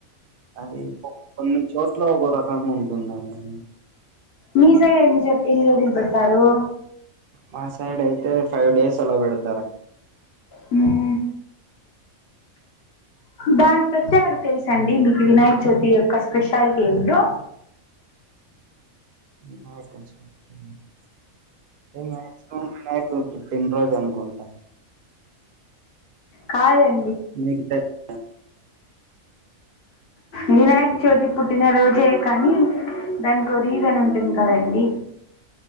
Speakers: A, on the right (about 70°); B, on the left (about 50°).
A: అది ఒక్ కొన్ని చోట్ల ఒక్కో రకంగా ఉంటుందండి
B: మీ సైడ్ ఎన్నిచోట్ ఎన్ని రోజులు పెడతారు
A: మా సైడ్ అయితే ఫైవ్ డేస్ అలా పెడతారు
B: హ్మ్ దానికి ప్రత్యేకత తెలుసా అండి మీకి వినాయక చవితి యొక్క స్పెషాలిటీ ఏందో
A: వినాయకచవితి అంటే మాక్సిమం వినాయకుడి పుట్టినరోజు అనుకుంటా
B: కాదం
A: మీకు బె <inaudible>
B: వినాయక చవితి పుట్టిన రోజే కానీ దానికో రీజన్ ఉంటుంది కదండి